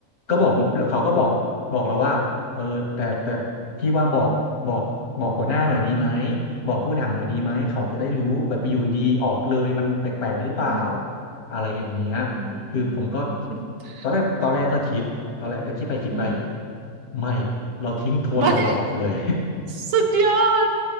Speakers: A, on the left; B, on the right.
A: ก็บอกผมเขาก็บอกบอกเราว่าเออแต่แต่พี่ว่าบอกบอกบอกหัวหน้าหน่อยดีไหมบอกผู้บริหารหน่อยดีไหมเขาจะได้รู้แบบอยู่ดีๆออกเลยมันแปลกๆหรือเปล่า
B: อืม
A: อะไรอย่างเงี้ย
B: อื
A: คือผมก็
B: ม <laughs>
A: ตอนแรกตอนแรกก็คิดตอนแรกแต่คิดไปคิดไป
B: อืม
A: ไม่เราทิ้งทวนหล่อๆไปเลย
B: มา <laughs> สุดยอด